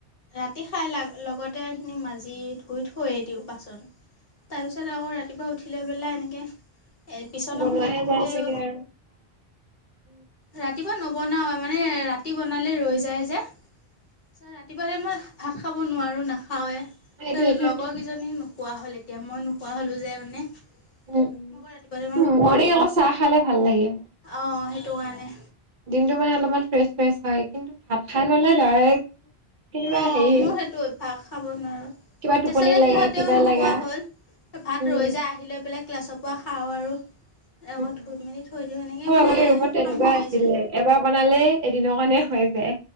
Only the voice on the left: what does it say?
ৰাতি খাই লাভ লগতে এইখিনি মাজি ধুই থৈয়ে দিও বাচন। তাৰপিছত আকৌ ৰাতিপুৱা উঠি লৈ পেলাই এনেকে এ বিচনাখন
উঠোতেও
ৰাতিপুৱা নবনাওয়ে মানে ৰাতি বনালে ৰৈ যায় যে। এইফালে মই ভাত খাব নোৱাৰো নাখাৱে
যে
লগৰ
কেইজনীও নোখোৱা হ'ল এ তিয়া মই নোখোৱা হলো যে মানে।
মই আকৌ ৰাতিপুৱালে
অ সেইটো কাৰণে।
অ
মোৰ সেইটো অভ্যাস খাব নোৱাৰো
তাৰপিছতে
সিহঁতেও
নোখোৱা
হ'ল। ভাত
ৰৈ যায় আহি লৈ পেলাই ক্লাছৰ পৰা খাও আৰু
আকৌ
ধুই মেলি থৈ দিও এনেকে
মানে
কাম হৈয়ে
যায়।